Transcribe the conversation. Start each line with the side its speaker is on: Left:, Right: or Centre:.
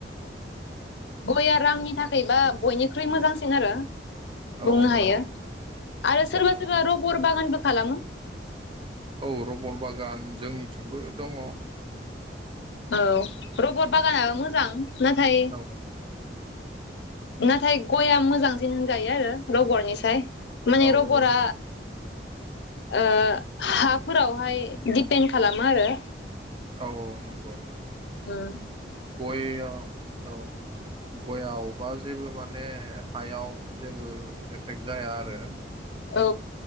Left: गया रांनि थाखायबा बयनिख्रुइ मोजांसिन आरो बुंनो
Right: औ नंगौ
Left: हायो आरो सोरबा सोरबा रबर बागानबो खालामो।
Right: औ रबर बागान जोंनिथिंबो दङ।
Left: औ रबर बागानाबो मोजां नाथाय
Right: औ
Left: नाथाय गया मोजांसिन होनजायो आरो रबरनिसाय माने
Right: औ औ
Left: रबरा ओ हाफोरावहाय दिपेन्ड खालामो आरो
Right: औ औ नंगौ
Left: उम
Right: गयाव औ गयावबा जेबो माने हायाव जेबो एफेक्ट जाया आरो
Left: औ